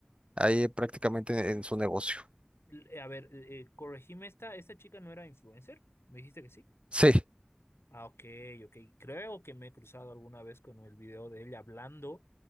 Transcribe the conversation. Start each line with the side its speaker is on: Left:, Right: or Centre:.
Right: ahí prácticamente en su negocio.
Left: L- eh, A ver, eh, eh, corregime esta, esta chica no era influencer, me dijiste que sí.
Right: Sí,
Left: Ah, ok, ok. Creo que me he cruzado alguna vez con el video de ella hablando